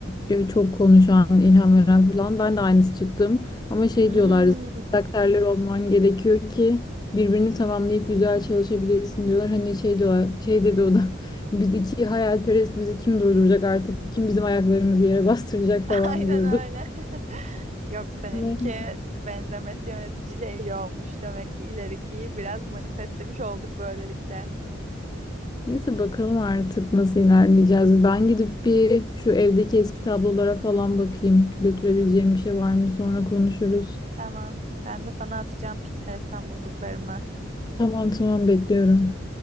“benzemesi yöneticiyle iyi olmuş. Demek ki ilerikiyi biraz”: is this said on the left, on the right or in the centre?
Right